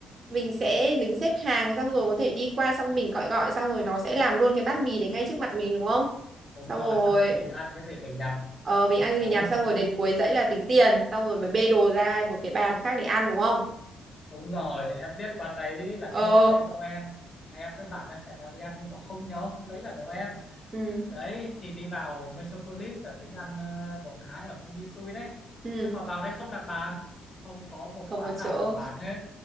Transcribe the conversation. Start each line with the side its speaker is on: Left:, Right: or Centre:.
Right: mình sẽ đứng xếp hàng xong rồi có thể đi qua xong mình gọi gọi xong rồi nó sẽ làm luôn cái bát mì đấy ngay trước mặt mình đúng không
Left: đúng
Right: xong
Left: rồi
Right: rồi
Left: xong rồi mình ăn cái gì mình nhặt
Right: ờ, mình ăn
Left: đấy
Right: mình nhặt xong
Left: xong
Right: rồi đến cuối dãy là tính tiền xong rồi mới bê đồ ra một cái bàn khác để ăn đúng không
Left: Đúng rồi, em biết quán đấy là
Right: ờ
Left: cái hôm đấy Noel Em với bạn em hẹn nhau đi ăn nhưng mà không nhớ hôm đấy là Noel
Right: ừ
Left: Đấy thì đi vào Metropolis là tính ăn ờ, đồ Thái ở Kumisui đấy
Right: ừ
Left: Nhưng mà vào đây không đặt bàn Không có một
Right: không
Left: quán
Right: có chỗ
Left: nào còn bán hết